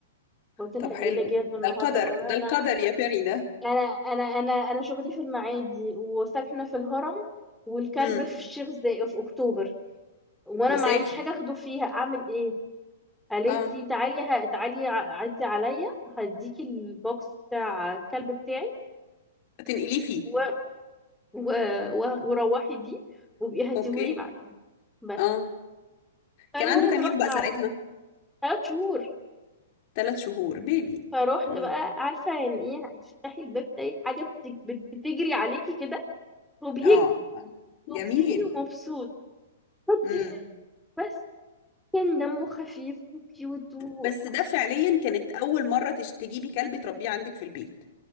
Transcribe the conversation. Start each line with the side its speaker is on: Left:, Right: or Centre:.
Centre: قلت لها
Left: طب حلو
Centre: ايه اللي اجي اخده النهارده
Left: ده القدر ده القدر
Centre: انا
Left: يا فري ده
Centre: انا انا انا انا شغلي في المعادي وساكنه في الهرم والكلب
Left: امم
Centre: في الشيخ زايد في اكتوبر وانا
Left: مسافة
Centre: معيش حاجه اخده فيها اعمل ايه قالت
Left: اه
Centre: لي تعالي ه... تعالي ع- عدي عليا هديكي البوكس بتاع الكلب بتاعي
Left: تنقليه فيه
Centre: و... و... و... وروحي بيه وبقي هاتيهولي
Left: اوكي
Centre: بعدين بس
Left: اه
Centre: فالمهم
Left: كان عنده كام
Centre: رحت
Left: يوم بقى
Centre: على
Left: ساعتها
Centre: ثلاث شهور
Left: ثلاث شهور بيبي
Centre: فروحت
Left: امم.
Centre: بقى عارفة يعني ايه هتفتحي الباب تلاقي حاجة بت- بت- بتجري عليكي كده وبيجري
Left: اه جميل
Centre: وبيجري ومبسوط خطير
Left: امم
Centre: بس كان دمه خفيف وكيوت و...
Left: بس ده فعليا كانت اول مره تش- تجيبي كلب تربيه عندك في البيت